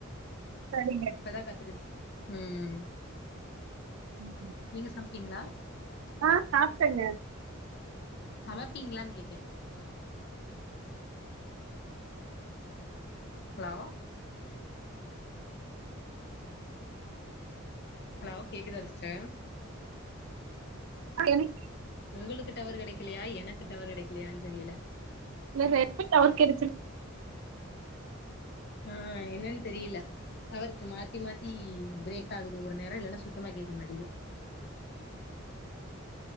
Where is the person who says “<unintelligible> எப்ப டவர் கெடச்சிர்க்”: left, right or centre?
Right